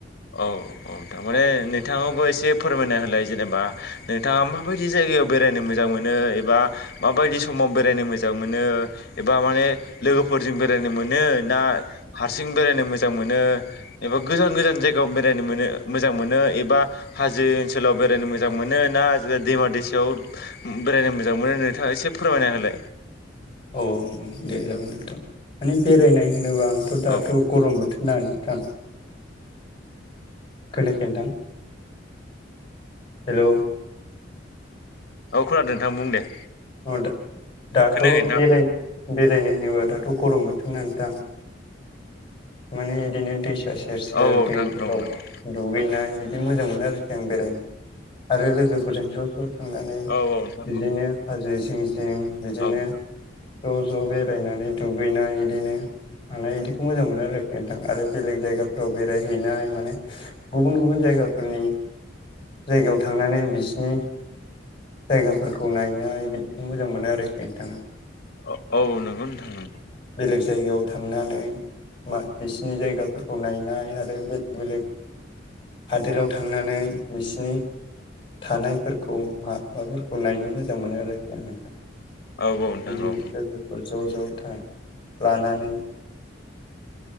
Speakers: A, on the left; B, on the left.
A: औ औ थारमाने नोंथाङावबो एसे फोरमायना होलाय जेनेबा नोंथाङा माबायदि जाय जायगायाव बेरायनो मोजां मोनो एबा माबायदि समाव बेरायनो मोजां मोनो? एबा माने लोगोफोरजों बेरायनो मोनो ना हारसिं बेरायनो मोजां मोनो एबा गोजान गोजान जायगायाव बेरायनो मोनो मोजां मोनो एबा हाजो ओनसोलाव बेरायनो मोजां मोनो ना दैमा दैसायाव बेरायनो मोजां मोनो नोंथाङा एसे फोरमायना होलाय
B: औ दे जागोन नोंथां माने बेरायनाय होनोबा आंथ' दाथ'
A: औ औ
B: गरम बोथोर ना नोंथां खोनायाखै नोंथां हेलौ
A: औ खोनादो नोंथां बुं दे
B: अ दा दाथ'
A: खोनायाखै नोंथां
B: बेराय बेरायनाय होनोबा दाथ' गरम बो <unintelligible> ना नोंथां माने इदिनो दैसा सेर सेर
A: औ नोंथां
B: दैफोराव
A: औ नंगौ
B: दुगैनाय बिदि मोजां मोनो आरोखि आं बेरायनो आरो लोगोफोरजों ज' ज' थांनानै
A: औ औ नोंथां
B: बिदिनो
A: औ
B: हाजो जिं जिं बिदिनो
A: औ नोंथां
B: ज' ज' बेरायनानै दुगैनाय इदिनो मानाय इदिखौ मोजां मोनो आरोखि नोंथां आरो बेलेग जायगाफोराव बेरायहैनाय माने गुबुन गुबुन जायगाफोरनि जायगायाव थांनानै बिसिनि जायगाफोरखौ नायनाय बिदि मोजां मोनो आरोखि नोंथाङा।
A: अ औ नंगौ नोंथां नंगौ।
B: बेलेग जायगायाव थांनानै मा बिसिनि जायगाफोरखौ नायनाय आरो बेलेग बेलेग <inaudible> हादोराव थांनानै बिसिनि थानायफोरखौ हा माबाफोरखौ नायनो मोजां मोनो आरोखि आं नोंथां।
A: औ नोंथां
B: बिदिनो
A: औ
B: लोगोफोर ज' ज' था लानानै